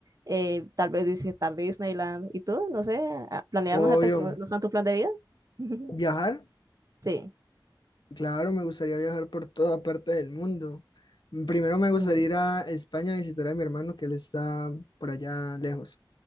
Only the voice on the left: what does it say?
Obvio.
Viajar,
Claro, me gustaría viajar por toda parte del mundo. Primero me gustaría
ir a España a visitar a mi hermano, que él está por allá lejos.